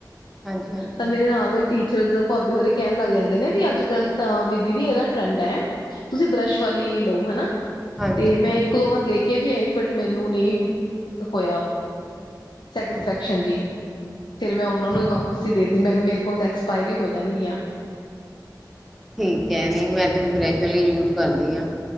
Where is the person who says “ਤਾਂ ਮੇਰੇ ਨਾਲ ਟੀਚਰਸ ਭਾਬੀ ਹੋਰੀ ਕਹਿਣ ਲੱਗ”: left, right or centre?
Left